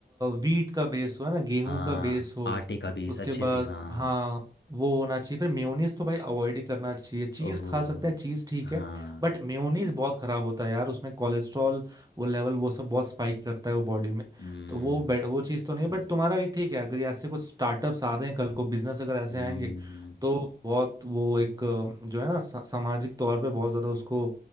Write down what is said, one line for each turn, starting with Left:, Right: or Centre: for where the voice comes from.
Right: वीट का बेस हो है ना गेहूं
Left: हाँ
Right: का बेस हो
Left: आटे का बेस
Right: उसके
Left: अच्छे
Right: बाद
Left: से हाँ
Right: हाँ वो होना चाहिए फिर मेयोनीज तो भाई अवॉइड ही करना चाहिए चीज
Left: ओहो
Right: खा सकते हैं चीज ठीक है
Left: हाँ
Right: बट मेयोनीज बहुत खराब होता है यार उसमें कोलेस्ट्रॉल वो लेवल वो सब बहुत स्पाइक करता है वो बॉडी में
Left: हम्म
Right: तो वो बे- वो चीज़ तो नहीं है बट तुम्हारा ये ठीक है अगर यहाँ से कुछ स्टार्टअप्स आ रहे हैं कल को बिजनेस अगर ऐसे
Left: हम्म
Right: आएंगे तो बहुत वो एक अ, जो है ना सा- सामाजिक तौर पे बहुत ज्यादा उसको